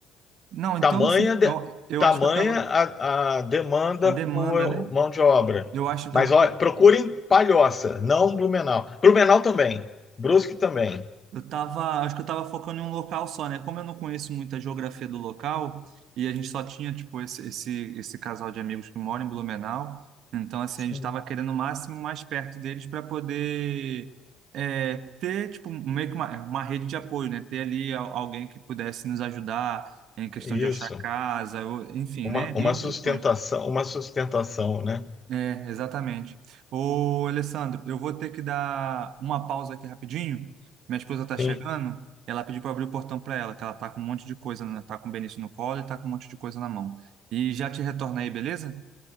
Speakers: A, on the right; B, on the left.
A: Não, então
B: Tamanha,
A: assim,
B: de-
A: eu, eu
B: tamanha
A: acho que eu tava.
B: a, a demanda
A: A demanda,
B: por
A: né?
B: mão de obra.
A: Eu acho então
B: Mas
A: que
B: olha,
A: eu,
B: procurem Palhoça, não Blumenau. Blumenau também, Brusque também.
A: Eu tava, acho que eu tava focando em um local só, né? Como eu não conheço muito a geografia do local e a gente só tinha, tipo, esse, esse, esse casal de amigos que mora em Blumenau, então, assim,
B: Sim.
A: a gente tava querendo o máximo mais perto deles para poder é, ter, tipo, meio que uma, uma rede de apoio, né? Ter ali al- alguém que pudesse nos ajudar em questão
B: Isso.
A: de achar casa, ou, enfim,
B: Uma,
A: né?
B: uma
A: N
B: sustentação,
A: questões.
B: uma sustentação, né?
A: É, exatamente. Ô, Alessandro, eu vou ter que dar uma pausa aqui rapidinho. Minha esposa tá chegando.
B: Sim,
A: Ela pediu para abrir o portão para ela, que ela tá com um monte de coisa, né? Tá com o Benício no colo e tá com um monte de coisa na mão. E já te retorno aí, beleza?